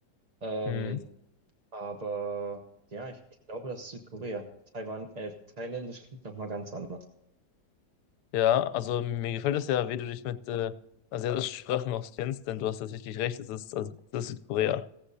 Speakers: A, on the right; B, on the left.
A: Ähm,
B: Hm.
A: aber ja, ich, ich glaube, das ist Südkorea. Taiwan, äh, Thailändisch klingt nochmal ganz anders.
B: Ja, also mir gefällt es ja, wie du dich mit äh, asiatischen Sprachen auskennst, denn du hast tatsächlich recht, es ist, also, es ist Südkorea.